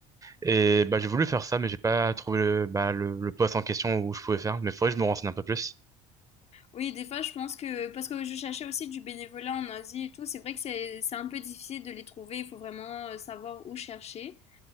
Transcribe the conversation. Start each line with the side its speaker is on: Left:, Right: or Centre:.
Right: Et bah, j'ai voulu faire ça, mais j'ai pas trouvé le, bah, le, le poste en question où je pouvais faire. Mais faudrait que je me renseigne un peu plus.
Left: Oui, des fois, je pense que, parce que je cherchais aussi du bénévolat en Asie et tout, c'est vrai que c'est, c'est un peu difficile de les trouver. Il faut vraiment euh, savoir où chercher.